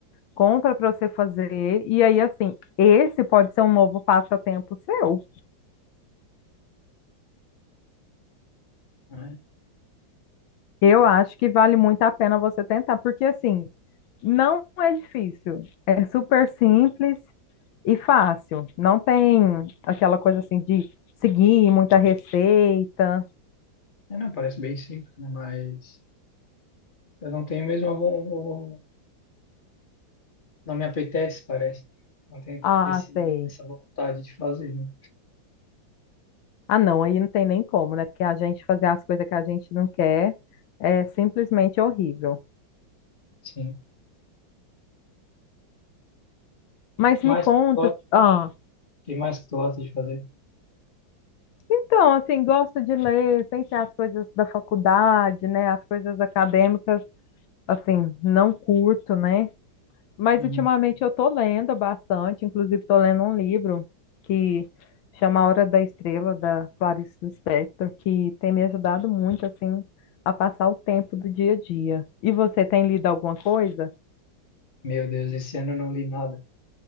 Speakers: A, on the left; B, on the left.
A: compra para você fazer. E aí, assim, esse pode ser um novo passatempo seu.
B: né?
A: Eu acho que vale muito a pena você tentar, porque assim, não é difícil, é super simples e fácil. Não tem aquela coisa assim de seguir muita receita.
B: É, não, parece bem simples, né? Mas eu não tenho mesmo a von... o- Não me apetece, parece. Não tenho
A: Ah,
B: esse,
A: sei.
B: essa vontade de fazer, né?
A: Ah, não, aí não tem nem como, né? Porque a gente fazer as coisas que a gente não quer é simplesmente horrível.
B: Sim.
A: Mas
B: E o que
A: me
B: mais
A: conta,
B: que tu gosta,
A: ah,
B: o que mais que tu gosta de fazer?
A: Então, assim, gosto de ler, sem ser as coisas da faculdade, né? As coisas acadêmicas, assim, não curto, né? Mas
B: Uhum.
A: ultimamente eu tô lendo bastante, inclusive tô lendo um livro que chama A Hora da Estrela, da Clarice Lispector, que tem me ajudado muito, assim, a passar o tempo do dia a dia. E você tem lido alguma coisa?
B: Meu Deus, esse ano eu não li nada.